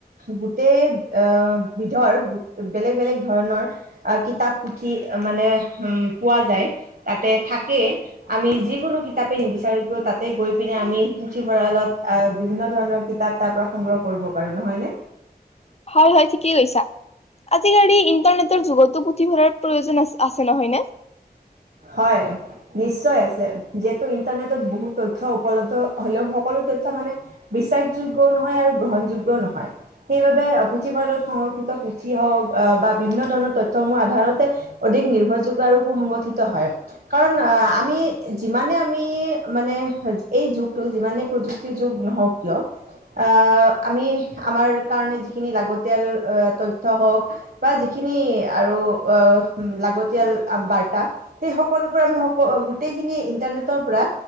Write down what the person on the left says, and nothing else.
হয় হয় ঠিকেই কৈছা আজিকালি ইন্টাৰনেটৰ তাৰ যুগতো পুথিভঁৰাল প্ৰয়োজন আ আছে নহয় নে